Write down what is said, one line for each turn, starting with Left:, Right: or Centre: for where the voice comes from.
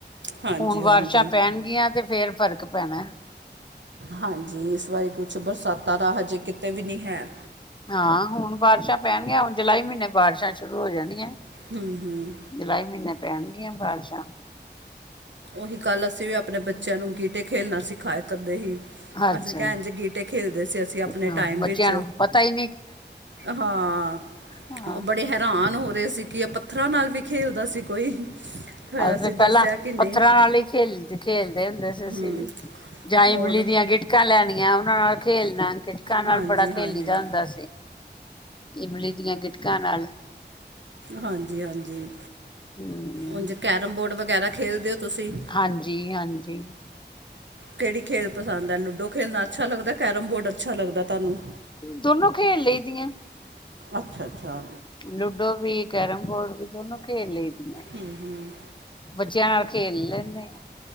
Right: ਹਾਂਜੀ
Left: ਹੁਣ ਬਾਰਿਸ਼ਾਂ
Right: ਹਾਂਜੀ
Left: ਪੈਣਗੀਆਂ ਤੇ ਫੇਰ ਫ਼ਰਕ ਪੈਣਾ।
Right: ਹਾਂਜੀ, ਇਸ ਬਾਰੇ ਕੁਛ ਬਰਸਾਤਾਂ ਦਾ ਹਜੇ ਕਿਤੇ ਵੀ ਨੀ ਹੈ।
Left: ਹਾਂ, ਹੁਣ ਬਾਰਿਸ਼ਾਂ ਪੈਣਗੀਆਂ ਹੁਣ ਜੁਲਾਈ ਮਹੀਨੇ ਬਾਰਿਸ਼ਾਂ ਸ਼ੁਰੂ ਹੋ ਜਾਣੀਆਂ।
Right: ਹੁੰ।
Left: ਜੁਲਾਈ ਮਹੀਨੇ ਪੈਣਗੀਆਂ ਬਾਰਸ਼ਾ।
Right: ਓਹੀ ਕੱਲ੍ਹ, ਅਸੀਂ ਵੀ ਆਪਣੇ ਬੱਚਿਆਂ ਨੂੰ ਗੀਟੇ ਖੇਲਣਾ ਸਿਖਾਏ ਕਰਦੇ ਹੀ।
Left: ਅੱਛਾ-ਅੱਛਾ
Right: ਅਸੀਂ ਕੇਯਾ ਇੰਝ ਗੀਟੇ ਖੇਲਦੇ ਸੀ ਅਸੀਂ ਆਪਣੇ
Left: ਹਾਂ
Right: ਟਾਈਮ
Left: ਬੱਚਿਆਂ
Right: ਵਿੱਚ।
Left: ਨੂੰ ਪਤਾ ਹੀ
Right: ਹਾਂ।
Left: ਹਾਂ,
Right: ਉਹ ਬੜੇ ਹੈਰਾਨ ਹੋ ਰਹੇ ਸੀ ਕੀ ਪੱਥਰਾਂ ਨਾਲ ਵੀ ਖੇਲਦਾ ਸੀ ਕੋਈ। ਫੇਰ
Left: ਅ
Right: ਅਸੀਂ
Left: ਪਹਿਲਾਂ
Right: ਦੱਸਿਆ ਕਿ ਨਹੀਂ
Left: ਪੱਥਰਾਂ ਨਾਲ ਹੀ ਖੇਲ ਖੇਲਦੇ ਹੁੰਦੇ ਸੀ ਅਸੀਂ
Right: ਹਮ,
Left: ਵੀ, ਜਾਂ
Right: ਹੋਰ
Left: ਈਮਲੀ ਦੀਆਂ ਗਿਟਕਾਂ ਲੈਣੀਆਂ, ਉਹਨਾਂ ਨਾਲ ਖੇਲਣਾ। ਗਿਟਕਾਂ ਨਾਲ
Right: ਹਾਂਜੀ
Left: ਬੜਾ
Right: ਹਾਂਜੀ
Left: ਖੇਲੀ ਦਾ ਹੁੰਦਾ ਸੀ। ਇਮਲੀ ਦੀਆਂ ਗਿਟਕਾਂ ਨਾਲ।
Right: ਹਾਂਜੀ-ਹਾਂਜੀ,
Left: ਹੂੰ।
Right: ਉਂਜ ਕੈਰਮ ਬੋਰਡ ਵਗੈਰਾ ਖੇਲਦੇ ਹੋ ਤੁਸੀਂ।
Left: ਹਾਂਜੀ-ਹਾਂਜੀ।
Right: ਕੇੜੀ ਖੇਲ ਪਸੰਦ ਹੈ? ਲੂਡੋ ਖੇਡਣਾ ਅੱਛਾ ਲੱਗਦਾ, ਕੈਰਮ ਬੋਰਡ ਅੱਛਾ ਲੱਗਦਾ ਤੁਹਾਨੂੰ।
Left: ਦੋਨੋ ਖੇਲ ਲਈ ਦੀਆਂ।
Right: ਅੱਛਾ-ਅੱਛਾ।
Left: ਲੂਡੋ ਵੀ, ਕੈਰਮ ਬੋਰਡ ਵੀ ਦੋਨੋ ਖੇਲ ਲਈ ਦੀਆਂ।
Right: ਹੁੰ-ਹੁੰ।
Left: ਬੱਚਿਆਂ ਨਾਲ ਖੇਲ ਲੈਂਨੇਂ।